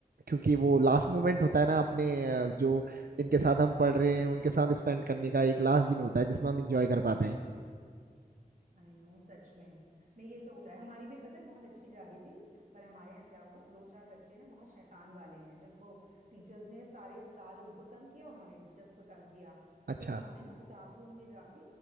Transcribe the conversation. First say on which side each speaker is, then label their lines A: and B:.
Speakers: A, on the right (about 80°); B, on the right (about 60°).
A: क्योंकि वो लास्ट मोमेंट
B: अच्छा
A: होता है ना अपने अ, जो जिनके साथ हम पढ़
B: आई
A: रहे
B: नो
A: हैं उनके साथ स्पेंड करने का एक लास्ट दिन होता है जिसमें हम इंजॉय कर पाते हैं
B: आई नो सच में नहीं ये तो होता है हमारी भी पता है बहुत अच्छी जा रही थी पर हमारे यहाँ क्या हुआ दो चार बच्चे ना बहुत शैतान वाले हैं जिनको टीचर्स ने सारे साल उनको तंग किया उन्होंने टीचर्स को तंग किया
A: अच्छा
B: तो उन्होंने ना स्टाफ रूम में जाके